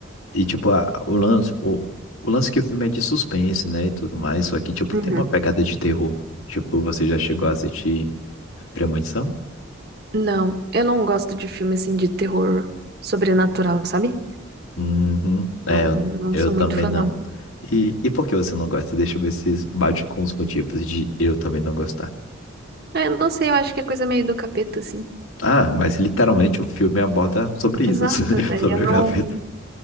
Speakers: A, on the left; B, on the right.
A: E, tipo, a- o lance, o, o lance que o filme é de suspense, né, e tudo mais, só que, tipo,
B: Uhum.
A: tem uma pegada de terror. Tipo, você já chegou a assistir Premonição?
B: Não, eu não gosto de filme, assim, de terror sobrenatural, sabe?
A: Uhum. É,
B: Não,
A: eu,
B: não
A: eu
B: sou
A: também
B: muito fã,
A: não.
B: não.
A: E, e por que você não gosta? Deixa eu ver se bate com os motivos de eu também não gostar.
B: Eu não sei, eu acho que é coisa meio do capeta, assim.
A: Ah, mas literalmente o filme aborda sobre
B: Exato,
A: isso, <laughs>
B: daí
A: sobre
B: eu não,
A: o capeta.